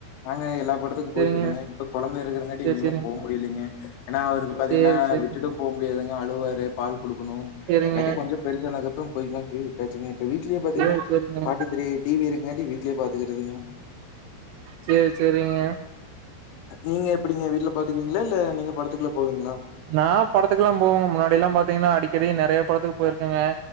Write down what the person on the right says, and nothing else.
சேரிங்க.
சேரி
சேரிங்க.
சேரி சேரிங்க.
சேரிங்க.
சேரி சேரிங்க.
சேரி சேரிங்க
நா படத்துக்கெல்லா போவங்க முன்னாடி எல்லாம் பாத்தீங்னா அடிக்கடி நெறையா படத்துக்கு போயிருக்கங்க